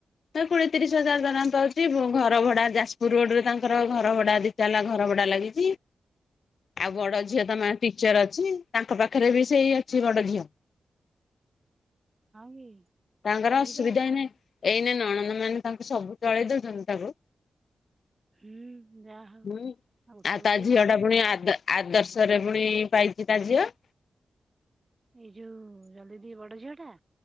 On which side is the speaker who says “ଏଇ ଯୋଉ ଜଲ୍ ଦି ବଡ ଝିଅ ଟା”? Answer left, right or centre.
Right